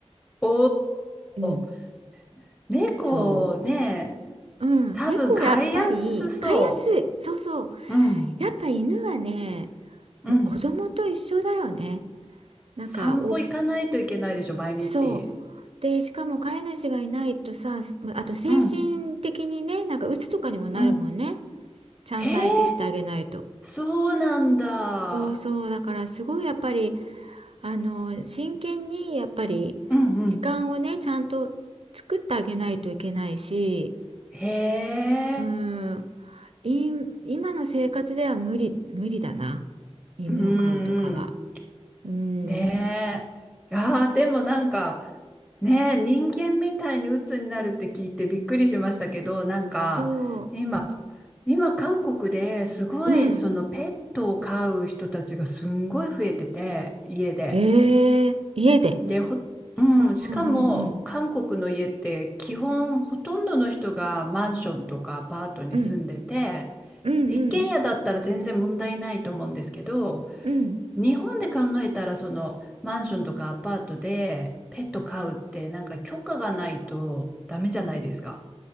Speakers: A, in the centre; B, on the right (about 60°).
A: お
B: うん、
A: ー。猫ね、
B: そう。うん、
A: 多分飼いやすそ
B: 猫やっぱり飼いやすい。そうそう。
A: う。うん。
B: やっぱ犬はね、もう子供と一緒だよね。
A: うん。
B: なんかお、
A: 散歩行かないといけないでしょ、毎日。
B: そう。で、しかも飼い主がいないとさ、あと精神的にね、
A: うん。
B: なんか鬱とかにもなるもんね。
A: うん。
B: ちゃんと相手してあげないと。
A: へえ。そうなんだ。
B: そうそう。だからすごいやっぱり、あの、真剣にやっぱり時間をね、
A: うんうん。
B: ちゃんと作ってあげないといけないし、
A: へえ。
B: うん。い、今の生活では無理、無理だな。犬を飼うとかは。
A: うんうんうん。
B: うん。
A: ねえ。いやーでもなんか、ねえ、人間みたいに鬱になるって聞いてびっくりしましたけど、なんか、
B: そう。
A: 今、今韓国ですごい、
B: うん。
A: そのペットを飼う人たちがすんごい増えてて、家で。
B: ええ家で。
A: で、ほ、うん、
B: うんうんうん。
A: しかも韓国の家って基本ほとんどの人がマンションとかアパートに住んでて、
B: うんうんうん
A: 一軒家だったら全然問題ないと思うんですけど、
B: うん。
A: 日本で考えたらそのマンションとかアパートでペット飼うってなんか許可がないとダメじゃないですか。